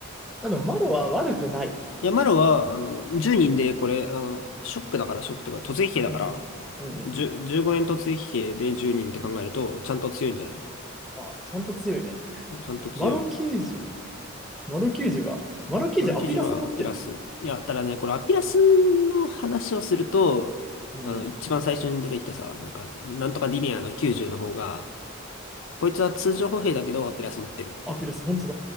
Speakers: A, in the centre; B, on the left.
A: あの、マロは悪くない。
B: いや、マロは、あの、10人で、これ、あの、ショックだから、ショックというか、突撃兵だから、
A: うん。うんうん。
B: 10、15円突撃兵で10人って考えると、ちゃんと強いんじゃない
A: ああ、ちゃんと強いね。
B: ちゃんと強い。
A: マロ90。マロ90は、マロ90アピラス持ってるじゃん。
B: マルキジュはアピラス。いや、ただね、これアピラスの話をすると、
A: うんうん。
B: あの、一番最初に出てきたさ、なんか、なんとかディニアの90の方が、こいつは通常歩兵だけど、アピラス持ってるっていう。
A: アピラス、本当